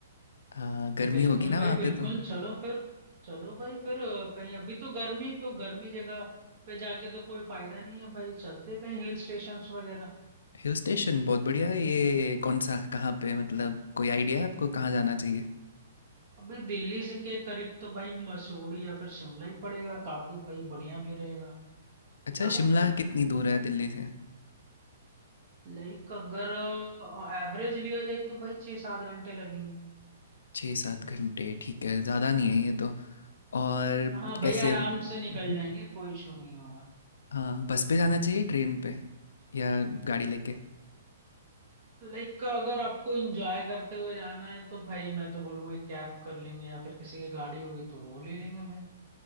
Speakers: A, on the left; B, on the right.
A: हाँ गर्मी
B: बिल्कुल
A: होगी ना
B: भाई
A: वहाँ
B: बिल्कुल
A: पे तो
B: चलो फिर चलो भाई फिर अ, कहीं अभी तो गर्मी तो गर्मी जगह पे जाके तो कोई फायदा नहीं है भाई चलते कहीं हिल स्टेशन वगैरह
A: हिल स्टेशन बहुत बढ़िया है ये कौन सा कहाँ पे मतलब कोई आइडिया है आपको कहाँ जाना चाहिए
B: अभी दिल्ली से के करीब तो भाई मसूरी या फिर शिमला ही पड़ेगा काफी भाई बढ़िया भी रहेगा क्या
A: अच्छा
B: बोलते
A: शिमला
B: हो
A: कितनी दूर है दिल्ली से
B: लाइक अगर एवरेज लिया जाए तो भाई छह सात घंटे लगेंगे
A: छः सात घंटे ठीक है ज़्यादा नहीं है ये तो और
B: हाँ भैया
A: कैसे
B: आराम
A: मम्म।
B: से निकल जाएंगे कोई इशू नहीं होगा
A: हाँ बस पे जाना चाहिए ट्रेन पे या गाड़ी लेके
B: लाइक अगर आपको एंजॉय करते हुए जाना है तो भाई मैं तो बोलूंगा कैब कर लेंगे या फिर किसी की गाड़ी होगी तो वो ले लेंगे भाई